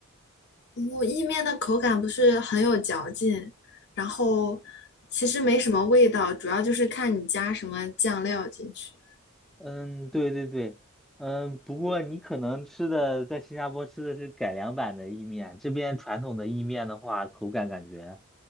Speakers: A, on the left (about 50°); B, in the centre.
A: 我意面的口感不是很有嚼劲，然后其实没什么味道，主要就是看你加什么酱料进去，
B: 嗯，对对对，嗯，不过你可能吃的在新加坡吃的是改良版的意面，这边传统的意面的话，口感感觉，